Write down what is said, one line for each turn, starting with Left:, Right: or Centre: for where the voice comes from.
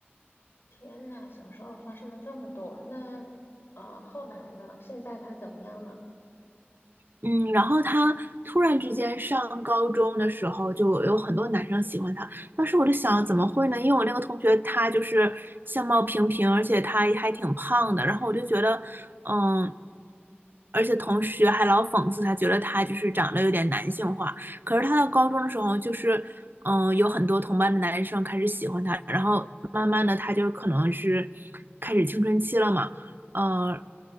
Left: 天呐，小时候发生了这么多，那呃后来呢？现在他怎么样呢？
Right: 嗯，然后他突然之间上高中的时候，就有很多男生喜欢他。当时我就想，怎么会呢？因为我那个同学他就是相貌平平，而且他还挺胖的。然后我就觉得，嗯，而且同学还老讽刺他，觉得他就是长得有点男性化。可是他到高中的时候，就是嗯，有很多同班的男生开始喜欢他，然后慢慢的他就可能是开始青春期了嘛。嗯，